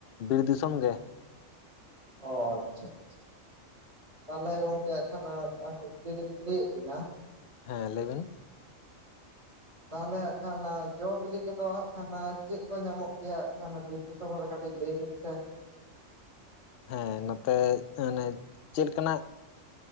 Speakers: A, on the left; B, on the right.
A: ᱵᱤᱨ ᱫᱤᱥᱚᱢ ᱜᱮ᱾
B: ᱚ ᱟᱪᱪᱷᱟ ᱟᱪᱪᱷᱟ᱾ ᱛᱟᱦᱚᱞᱮ ᱜᱚᱝᱠᱮ ᱟᱸᱜ ᱠᱷᱟᱱ ᱢᱤᱫᱴᱟᱝ ᱠᱩᱠᱞᱤ ᱞᱤᱧ ᱠᱩᱞᱤᱭᱮᱜ ᱵᱤᱱᱟ?
A: ᱦᱮᱸ ᱞᱟᱹᱭᱵᱤᱱ
B: ᱛᱟᱦᱚᱞᱮ ᱦᱟᱸᱜ ᱠᱷᱟᱱ ᱡᱚ ᱵᱤᱞᱤ ᱠᱚᱫᱚ ᱦᱟᱸᱜ ᱠᱷᱟᱱ ᱪᱮᱜ ᱠᱚ ᱧᱟᱢᱚᱜ ᱜᱮᱭᱟ ᱦᱟᱸᱜ ᱠᱷᱟᱱ ᱫᱤᱥᱚᱢ ᱨᱮ ᱠᱟᱴᱤᱡ ᱞᱟᱹᱭ ᱵᱤᱱ ᱥᱮ?
A: ᱦᱮᱸ ᱱᱚᱛᱮ ᱢᱟᱱᱮ ᱪᱮᱫ ᱞᱮᱠᱟᱱᱟᱜᱼᱼ